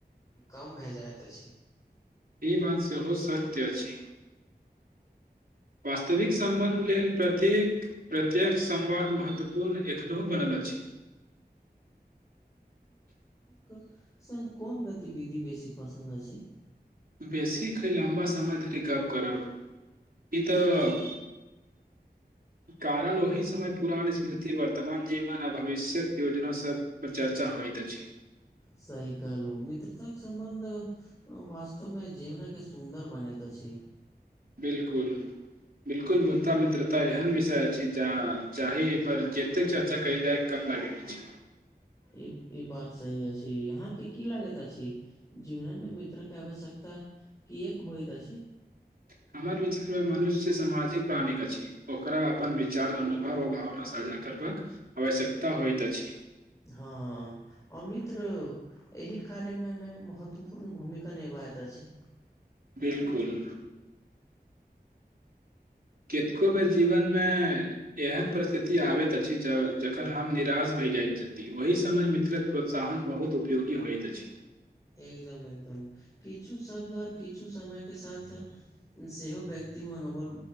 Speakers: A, on the left; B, on the right.
A: कम भे जाइत अछि
B: ई बात सेहो सत्यची वास्तविक संबन्ध लेल प्रत प्रत्येक समवाद महत्वपूर्ण एखनहु बनल अछि
A: के संग कोन गतिविधि बेसी पसन्द अछि
B: बेसीक ख लम्बा समय धरि गप्प करब ई तऽ कारण ओहि समय पुरान स्मृति वर्तमान जीवन आ भविष्यक योजना सब पर चर्चा होइ अछि
A: सहि कहलहु मित्रताक सम्बन्ध वास्तव मे जीवन के सुन्दर बनैत अछि छी
B: बिलकुल बिलकुल मुद्दा मित्रता एहन विषय अछि जा जाही पर जतेक चर्चा कयल जाय कम बाज अछि
A: ई ई बात सही अछि अहाँ के की लागैत अछि जीवन मे मित्र के आवश्यकता किएक होइत अछि
B: <inaudible> हमर विचारमे मनुष्य सामाजिक प्राणि अछि ओकरा अपन विचार अनुभव आ भावना साझा करबाक आवश्यकता होइत अछि
A: हँ आ मित्र एहि कार्य मे मे महत्वपूर्ण भूमिका निभा बैत अछि
B: बिलकुल केतको बेर जीवनमे एहन परिस्थिति आबैत अछि जखन हम निराश भए जाइत छथि ओहि समय मित्रक प्रोत्साहन बहुत उपयोगी होइत अछि
A: एकदम, किछु शब्द ओर किछु समय के साथ सेहो व्यक्ति मनोबल